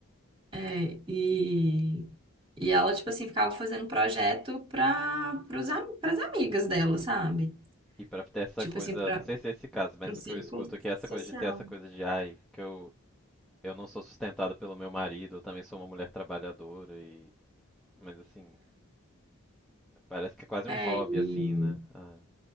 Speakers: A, on the right; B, in the centre.
A: é, e E ela, tipo assim, ficava fazendo um projeto para as amigas dela, sabe?
B: E pra ter essa
A: Tipo
B: coisa,
A: assim, para
B: não sei se é esse caso, mas
A: o círculo
B: o que eu escuto aqui é essa
A: social.
B: coisa de ter essa coisa de, ai, que eu, eu não sou sustentada pelo meu marido, eu também sou uma mulher trabalhadora e. Mas assim, parece que é quase
A: É,
B: um hobby,
A: é, e
B: assim, né? Ah.